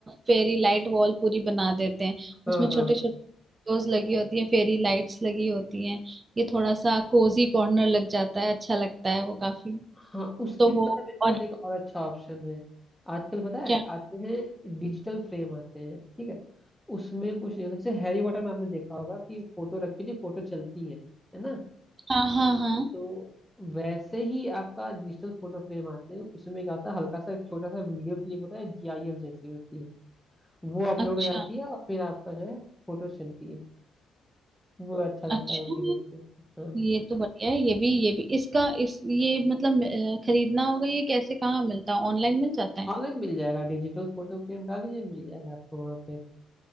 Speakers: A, on the right; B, in the centre.
A: fairy light wall पूरी बना देते हैं
B: हाँ
A: उसमें छोटे
B: हाँ
A: छोटे फोटोज लगी होती हैं फेरी लाइट्स लगी होती हैं ये थोड़ा सा कोजी कॉर्नर लग जाता है अच्छा लगता है वो काफी
B: हाँ उसके
A: तो
B: लिए
A: वो
B: पता है मेरे
A: और
B: पास एक और अच्छा ऑप्शन है आजकल पता है
A: क्या
B: आते हैं डिजिटल फ्रेम आते हैं ठीक है उसमें कुछ नहीं होता जैसे हैरी पॉटर में आपने देखा होगा कि फोटो रखी थी फोटो चलती है है ना
A: हाँ हाँ हाँ
B: तो वैसे ही आपका डिजिटल फोटो फ्रेम आते हैं उसमें क्या होता है हल्का सा एक छोटा सा वीडियो क्लिप होता है जीआईएफ जैसी होती है वो अपलोड
A: अच्छा
B: हो जाती है और फिर आपका जो है फोटो चलती है वो अच्छा लगता
A: अच्छा
B: है वो भी देखते हैं हाँ
A: ये तो बढ़िया है ये भी ये भी इसका इस ये मतलब अ, खरीदना होगा ये कैसे कहाँ मिलता है ऑनलाइन मिल जाता है
B: ऑनलाइन मिल जाएगा डिजिटल फोटो फ्रेम डाल दीजिए मिल जाएगा आपको वहाँ पे